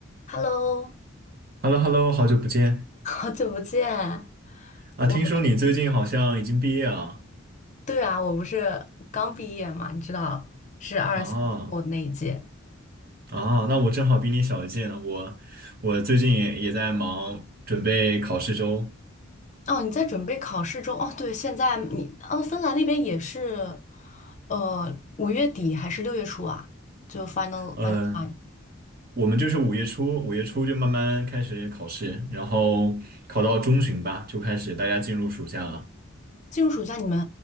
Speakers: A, on the left; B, on the right.
A: Hello，
B: h e l l o h e l l o 好久不见
A: <laughs> 好久不见。
B: 啊！
A: 我，
B: 听说你最近好像已经毕业了
A: 对啊，我不是刚毕业嘛，你知道，是二三我那一届。
B: 啊啊！那我正好比你小一届呢，我我最近也也在忙准备考试周。
A: 哦，你在准备考试中。哦，对，现在你，哦，芬兰那边也是，呃，五月底还是六月初啊？就 final
B: 嗯，
A: final time
B: 我们就是五月初，五月初就慢慢开始考试，然后考到中旬吧，就开始大家进入暑假了。
A: 进入暑假，你们，